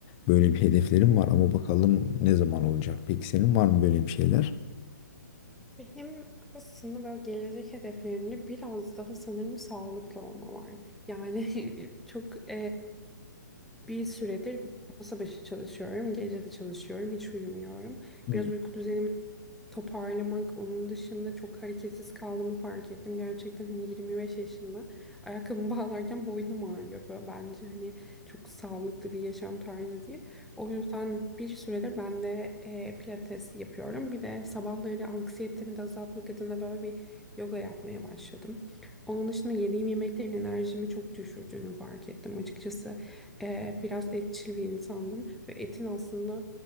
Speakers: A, on the left; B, in the centre.
A: böyle bir hedeflerim var. Ama bakalım ne zaman olacak. Peki senin var mı böyle bir şeyler?
B: Benim aslında böyle gelecek hedeflerimde biraz daha sanırım sağlıklı olma var. Yani <laughs> çok Bir süredir masa başı çalışıyorum. Gece de çalışıyorum. Hiç uyumuyorum.
A: Hı,
B: Biraz uyku düzenimi toparlamak, onun dışında çok hareketsiz kaldığımı fark ettim. Gerçekten hani 25 yaşında ayakkabımı <laughs> bağlarken boynum ağrıyor. Böyle bence hani çok sağlıklı bir yaşam tarzı değil. O yüzden bir süredir ben de e, pilates yapıyorum. Bir de sabahları anksiyetemi de azaltmak adına böyle bir yoga yapmaya başladım. Onun dışında yediğim yemeklerin enerjimi çok düşürdüğünü fark ettim açıkçası. Ee, biraz etçil bir insandım ve etin aslında